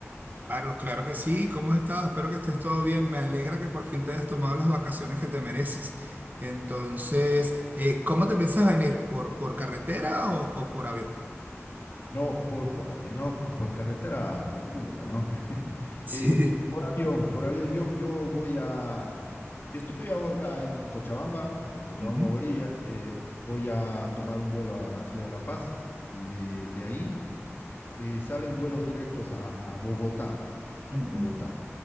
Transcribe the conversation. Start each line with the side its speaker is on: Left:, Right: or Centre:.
Right: Claro, claro que sí. ¿Cómo has estado? Espero que estés todo bien. Me alegra que por fin te hayas tomado las vacaciones que te mereces. Entonces, eh, ¿cómo te piensas venir? ¿Por, por carretera o, o por avión?
Left: No por, por avión, no, por carretera, locura, ¿no?
Right: Sí.
Left: Eh, p- por avión, por avión. Yo, yo voy a. Yo estoy ahora en Cochabamba, en Cochabamba,
Right: Ujú.
Left: Bolivia. Eh, voy a tomar un vuelo a la ciudad de La Paz y de, de ahí eh, salen vuelos directos a, a Bogotá, a
Right: ujú.
Left: Bogotá.